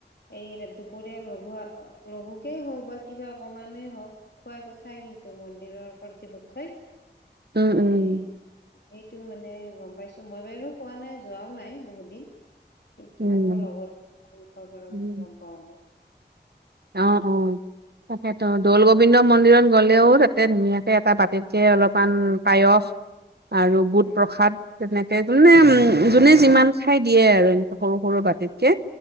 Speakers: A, on the left (about 70°); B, on the right (about 60°).
A: এই দুপৰীয়া লঘু, আ, লঘুকেই হওঁক বা কিবা অকমানেই হওঁক। খোৱাই পঠায় কিন্তু, মন্দিৰৰ কৰ্তৃপক্ষই।
B: উম, উম,
A: এই সেইটো মানে গম পাইছো মই বাৰু পোৱা নাই যোৱাও নাই বহুত দিন। কিন্তু
B: উম।
A: মোৰ লগৰ মুখৰ পৰা
B: উম।
A: গম পাও মানে।
B: অ
A: <inaudible>
B: অ তাকেতো দৌল গোবিন্দ মন্দিৰত গ'লেও তাতে ধুনীয়াকে এটা বাতিতে অলপমান পায়স আৰু বুট
A: উম,
B: প্ৰসাদ তেনেকে যোনে উম যোনে যিমান খায় দিয়ে আৰু এনেকে সৰু-সৰু বাটিতকে।